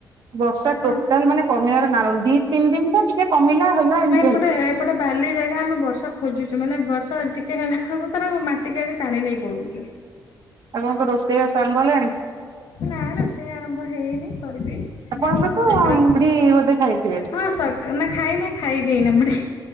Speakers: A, on the right (about 60°); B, on the left (about 70°).
A: ବର୍ଷା
B: ହଁ
A: ଟୋଟାଲ୍ ମାନେ କମିବାର ନାଁ ନଉନି ଦି ତିନ୍ ଦିନଟା ଟିକେ କମିଲା ହେଲା ଏମ୍
B: ପଟେ ଏପଟେ ବାଲି ଜାଗା ଆମେ ବର୍ଷା ଖୋ ଜୁଚୁ ମାନେ ବର୍ଷା ଟିକେ ହେଲା କତୁର ମାଟିକି ଆଗେ ଟାଣି ନେଇ ପଳଉଚୁ।
A: ଆପଣଙ୍କ ରୋଷେଇ ବାସ ଆରମ୍ଭ ହେଲାଣି?
B: ନାଁ ରୋଷେଇ ଆରମ୍ଭ ହେଇନି। କରିବି
A: ଆପଣଙ୍କର
B: ହେଁ ତ ସେ କଲେ
A: ମୁଢି ବୋଧେ ଖାଇଥିବେ
B: ହଁ ସର ନାଁ ଖାଇନେଇ ଖାଇବି ଏଇନା ମୁଡ଼ି।